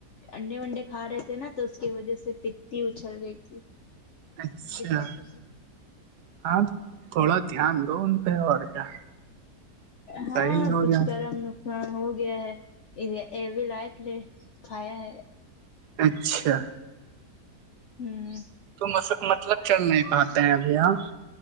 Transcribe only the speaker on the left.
انڈے ونڈے کھا رہے تھے نا تو اس کی وجہ سے پتی اچھل گئی تھی
اور دقت ہو
ہاں
کچھ
کرم ن ہاں ہو گیا ہے یہ بھی لائے تھ لے کھایا ہے
ہوں